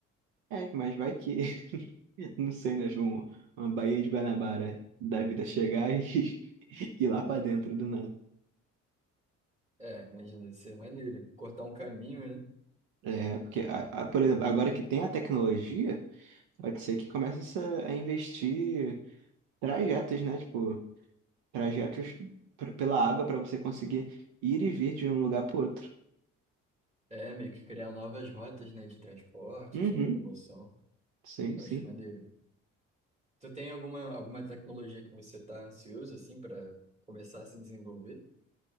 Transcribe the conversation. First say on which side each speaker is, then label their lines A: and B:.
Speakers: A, on the right; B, on the right.
A: É, mas vai que, <laughs> não sei, né? tipo, um- Uma Baía de Guanabara da vida chegar e <laughs> ir lá pra dentro do nada.
B: É, imagina, deve ser maneiro. Cortar um caminho, né?
A: É, porque, a- a- por exemplo, agora que tem a tecnologia, pode ser que comece essa- a investir trajetos, né? Tipo, trajetos pr- pela água para você conseguir ir e vir de um lugar para outro.
B: É, meio que criar novas rotas, né, de transporte,
A: Uhum,
B: de locomoção.
A: sim,
B: Eu
A: sim.
B: acho maneiro. Tu tem alguma, alguma tecnologia que você tá ansioso, assim, para começar a se desenvolver?